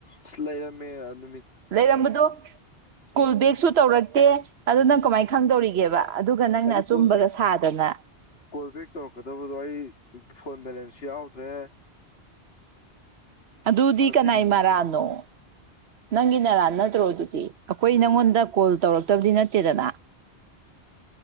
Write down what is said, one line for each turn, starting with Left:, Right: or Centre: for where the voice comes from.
Left: ꯑꯁ ꯂꯩꯔꯝꯃꯦ ꯑꯗꯨ
Right: ꯂꯩꯔꯝꯕꯗꯨ ꯀꯣꯜ ꯕꯦꯛꯁꯨ ꯇꯧꯔꯛꯇꯦ ꯑꯗꯨ ꯅꯪ ꯀꯃꯥꯏ ꯈꯪꯗꯧꯔꯤꯒꯦꯕ ꯑꯗꯨꯒ ꯅꯪꯅ
Left: ꯑꯗꯨ
Right: ꯑꯆꯨꯝꯕꯒ
Left: ꯀꯣꯜ ꯕꯦꯛ
Right: ꯁꯥꯗꯅ
Left: ꯀꯣꯜ ꯕꯦꯛ ꯇꯧꯔꯛꯀꯗꯕꯗꯣ ꯑꯩ ꯐꯣꯟ ꯕꯦꯂꯦꯟꯁꯁꯨ ꯌꯥꯎꯗ꯭ꯔꯦ
Right: ꯑꯗꯨꯗꯤ ꯀꯅꯥꯏ
Left: ꯁꯤꯗꯤ
Right: ꯃꯔꯥꯟꯅꯣ ꯅꯪꯒꯤ ꯅꯔꯥ ꯅꯠ ꯅꯠꯇ꯭ꯔꯣ ꯑꯗꯨꯗꯤ ꯑꯩꯈꯣꯏ ꯅꯪꯉꯣꯟꯗ ꯀꯣꯜ ꯇꯧꯔꯛꯇꯕꯗꯤ ꯅꯠꯇꯦꯗꯅ